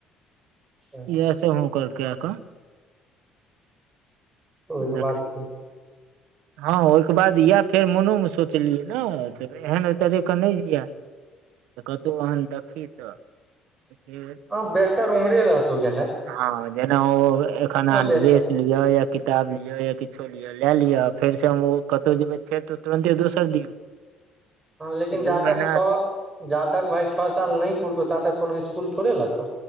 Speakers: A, on the right; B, on the right.
A: अच्छा
B: तै से हूनकर कै कऽ
A: तऽ ओहिके
B: देखलियै
A: बाद <inaudible>
B: हँ ओहिके बाद इएह फेर मोनोमे सोचलियै ने एहन एहि तरहके नय जिए तऽ कतौ ओहन देखी तऽ एके बेर
A: हां बेहतर उम्हरे रहातौ देनाय
B: हँ जेना ओ एखन अहा
A: बेहतर
B: ड्रेस लिअ या किताब लिअ लिअ या किछो लिअ लए लिअ फेर से हम कतहु जेबै फेर तुरन्ते दोसर दियौ
A: लेकिन जातक
B: दू महीना
A: छौ जातक भाय छौ साल नय पुरतौ ताातक कोनो स्कुल थोड़े लेतौ